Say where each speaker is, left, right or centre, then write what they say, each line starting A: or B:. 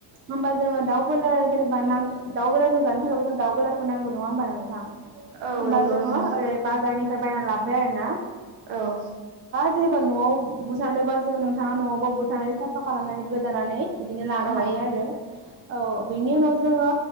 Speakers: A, on the right; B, on the right.
A: होमबा जोंङो दाउ बयलार जेनेबा नांगौ दाउ बयलारजों जानो थाखायबो जों दउ बेलारखौ नांगौ नंङा होमब नोंथां
B: औ
A: होनबा
B: नंगौ
A: जोंङो
B: नोंथां
A: ओरै बाजारनि बायना लाबोबाय आरोना
B: औ
A: सोरनिबा नआव बुसारनोबा जों नोंथाङा नआवबो बुथारनानै साफा खालामनानै गोदानानै बिदिनो लानो
B: औ
A: हायो आरो औ बेनि उनाव जोंङो